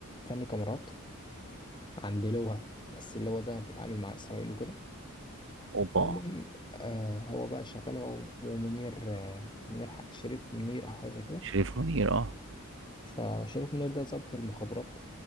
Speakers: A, on the left; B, on the right.
A: فني كاميرات عند لواء بس اللواء ده بيتعامل مع إسرائيل وكده
B: اوبا
A: فالمهم آه هو بقى شغال هو ومنير آه منير ح- شريف منير أو حاجة زي كده
B: شريف منير اه
A: فشريف منير ده ضابط المخابرات